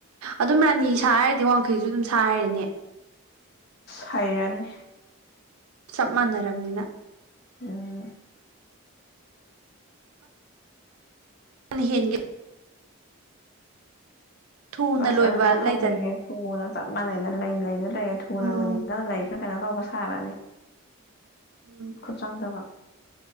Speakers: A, on the right; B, on the left.
A: ꯑꯗꯨꯝ ꯔꯥꯅꯤ ꯁꯥ ꯍꯥꯏꯔꯗꯤ ꯋꯥꯡꯈꯩꯁꯨ ꯑꯗꯨꯝ ꯁꯥ ꯍꯥꯏꯔꯦꯅꯦ
B: ꯍꯥꯏꯩꯔꯅꯤ
A: ꯆꯞ ꯃꯥꯟꯅꯔꯕꯅꯤꯅ
B: ꯎꯝ
A: ꯍꯒ ꯊꯨꯅ
B: ꯑꯁ
A: ꯂꯣꯏꯕ
B: ꯑꯗꯨꯗꯤ ꯐꯝꯃꯤꯒꯦ
A: ꯂꯩꯗꯅ
B: ꯊꯨꯅ ꯆꯞ ꯃꯥꯟꯅꯩꯅ ꯂꯩ ꯂꯩꯗ ꯂꯩꯌꯦꯦ ꯊꯨꯅ
A: ꯎꯝ
B: ꯂꯣꯏꯅꯤꯡꯗꯅ ꯂꯩ ꯀꯩꯅꯣ ꯇꯧꯕ ꯁꯥꯔꯅꯤ
A: ꯎꯝ
B: ꯈꯨꯠ ꯆꯪꯗꯕ